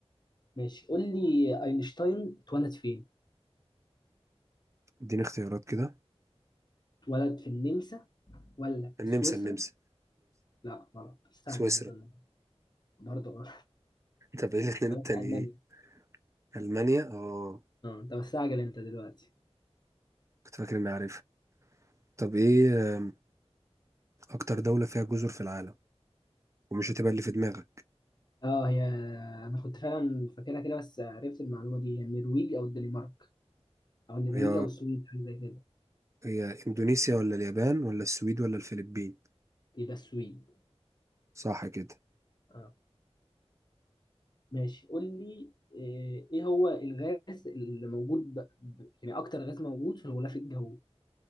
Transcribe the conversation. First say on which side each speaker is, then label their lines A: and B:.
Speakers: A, on the left; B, on the right.
A: ماشي قول لي أينشتاين اتولد فين؟
B: اديني اختيارات كده
A: اتولد في النمسا ولا
B: النمسا
A: في سويسرا؟
B: النمسا
A: لا غلط مستعجل
B: سويسرا
A: أنت النهارده برضه غلط
B: طب ايه الاتنين التانيين
A: اتولد في ألمانيا
B: ايه ألمانيا اه
A: أه أنت مستعجل أنت دلوقتي
B: كنت فاكر إني عارفها طب ايه آه، أكتر دولة فيها جزر في العالم ومش هتبقى اللي في دماغك
A: اه هي انا كنت فعلا فاكرها كده بس عرفت المعلومه دي هي النرويج او الدنمارك او النرويج
B: هي
A: او السويد حاجه زي كده
B: هي إندونيسيا ولا اليابان ولا السويد ولا الفلبين
A: يبقى السويد
B: صح كده
A: اه ماشي قول لي آه، ايه هو الغاز اللي موجود ب... ب- يعني اكتر غاز موجود في الغلاف الجوي